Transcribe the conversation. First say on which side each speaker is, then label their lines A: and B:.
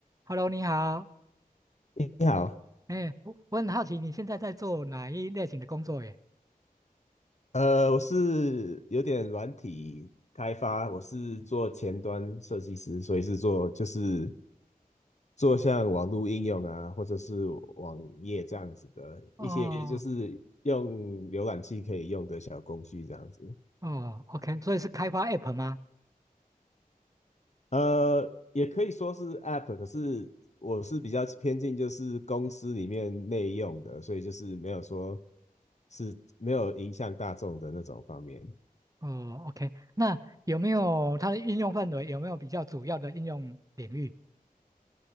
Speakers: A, on the right; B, on the left.
A: Hello，你好。
B: 你好，
A: 哎，我我很好奇你现在在做哪一类型的工作耶？
B: 呃，我是有点软体开发，我是做前端设计师，所以是做就是做像网络应用啊，或者是网页这样子的一些就是用浏览器可以用的小工具这样子。
A: 哦哦，OK，所以是开发 App 吗？
B: 呃，也可以说是 App，可是我是比较偏近就是公司里面内用的，所以就是没有说是没有影响大众的那种方面。
A: 哦，OK，那有没有它的应用范围？有没有比较主要的应用领域